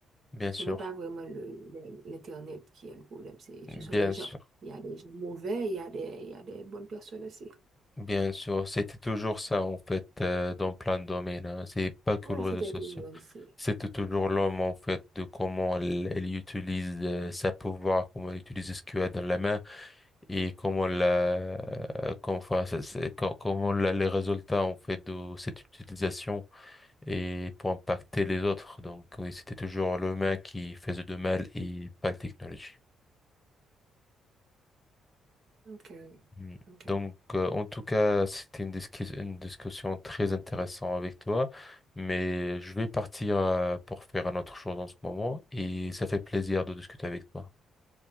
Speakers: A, on the left; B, on the right.
A: Bien
B: ce
A: sûr,
B: n'est pas vraiment le, le- l'Internet qui est le problème. C'est,
A: bien
B: ce sont les gens.
A: sûr,
B: Il y a des gens mauvais, il y a des, il y a des bonnes personnes aussi.
A: bien sûr. C'était toujours ça, en fait, euh, dans plein de domaines. hein. C'est pas que
B: Ouais,
A: le réseau
B: c'était
A: social.
B: toujours ainsi.
A: C'était toujours l'homme, en fait, de comment elle, elle utilise euh, sa pouvoir, comment elle utilise ce qu'elle a dans la main et comment la, euh, comment, enfin, ça- c'est- co- comment la- les résultats, en fait, de cette utilisation. et pour impacter les autres. Donc oui, c'était toujours l'humain qui faisait de mal et pas la technologie.
B: Ok,
A: Mm.
B: ok.
A: Donc euh, en tout cas, c'était une discus- une discussion très intéressante avec toi, mais je vais partir euh, pour faire un autre chose en ce moment et ça fait plaisir de discuter avec toi.